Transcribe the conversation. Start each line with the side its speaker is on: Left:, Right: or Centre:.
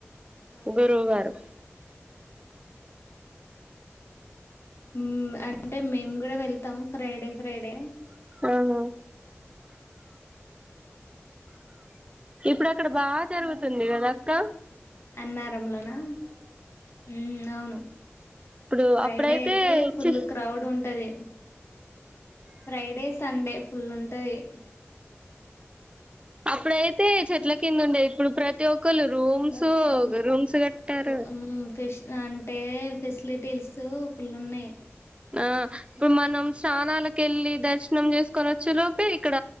Left: అవునా?
Right: గురువు గారు
Left: ఊమ్ అంటే మేము కూడా వెళ్తాం ఫ్రైడే ఫ్రైడే
Right: ఆహా ఇప్పుడ ఇక్కడ బాగా జరుగుతుంది కదా కా
Left: అన్నారంలోనా ఉమ్ అవును
Right: ఇప్పుడు
Left: ఫ్రైడే
Right: అప్పుడైతే
Left: అయితే ఫుల్
Right: చి
Left: క్రౌడ్ ఉంటది ఫ్రైడే సండే ఫుల్ ఉంటధి
Right: అప్పుడైతే చెట్ల కింద ఉండే ఇప్పుడు ప్రతి ఒక్క ఒలు రూమ్స్
Left: మొత్తం
Right: రూమ్స్ కట్టారు
Left: హ్మ్. ఫెస్ అంటే ఫెసిలిటీస్ ఫుల్ ఉన్నాయ్
Right: ఆ ఇప్పుడు మనం స్నానాలకు వెళ్ళి దర్శనం చేసుకొని వచ్చు లోపే ఇక్కడ